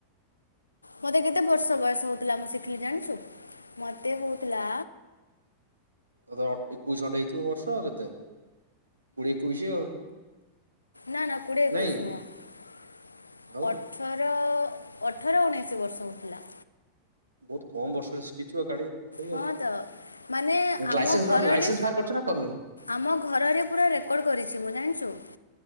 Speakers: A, on the left (about 80°); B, on the right (about 80°).
A: ମତେ କେତେ କେତେ ବର୍ଷ ବୟସ ହଉଥିଲା ମୁଁ ଶିଖିଲି ଜାଣିଛୁ ମୋତେ ହଉଥିଲା
B: ତ ଅଟ ଏକୋଇଶ ଖଣ୍ଡେ ହେଇଥିବ ବର୍ଷ ଆଉ କେତେ କୋଡିଏ ଏକୋଇଶ ଆଉ।
A: ନା ନା କୁଡ଼ିଏକୋଇସି
B: ନାଇଁ
A: ନୁହ
B: ଆଉ
A: ଅଠ ମୋର ଅଠର ଉଣେଇଶ ବର୍ଷ ହୋଉଥିଲା।
B: ବହୁତ କମ୍ ବର୍ଷରେ ଶିଖିଛୁ ଆ ଗାଡ଼ି। ଗାଡ଼ି
A: ହଁ
B: ଆଉ,
A: ତ ମାନେ ଆମ
B: ଲାଇସେନ୍ସ
A: ଘରରେ
B: ବାହାର ଲାଇସେନ୍ସ ବାହାର କରିଛୁ ନା କର୍ନୁ?
A: ଆମ ଘରରେ ପୁରା ରେକର୍ଡ଼ କରିଛି ମୁଁ ଜାଣିଛୁ।